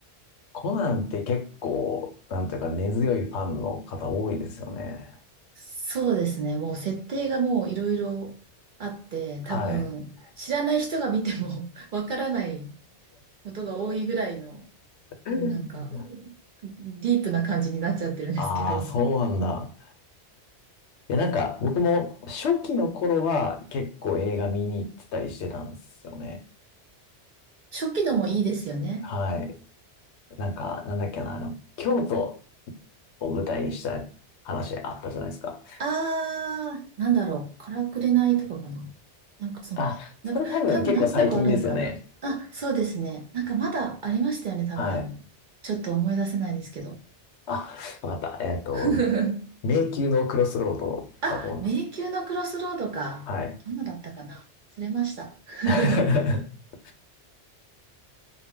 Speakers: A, on the left; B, on the right.
A: コナンって結構、なんというか根強いファンの方多いですよね。
B: そうですね。もう設定がもういろいろあって、多分知らない人が見ても
A: はい。
B: <laughs> わからないことが多いぐらいの、
A: <laughs>
B: もうなんかディープな感じになっちゃってるんですけど。
A: ああ、そうなんだ。いや、なんか、僕も初期の頃は結構映画見に行ってたりしてたんですよね。
B: 初期のもいいですよね。
A: はい。なんか、なんだっけな、あの、京都を舞台にした話あったじゃないですか。
B: あー、なんだろう。からくれないとかかな。なんかその辺。
A: あ、
B: なんか多分何個かあるのかな。
A: それ多分結構最近ですよね。
B: あ、そうですね。なんかまだありましたよね、多分でも。
A: はい。
B: ちょっと思い出せないですけど。
A: あ、わかった。えっと、
B: <laughs>
A: 迷宮のクロスロードだと思います。
B: あ、迷宮のクロスロードか。
A: はい。
B: どんなだったかな忘れました。<laughs>
A: <laughs>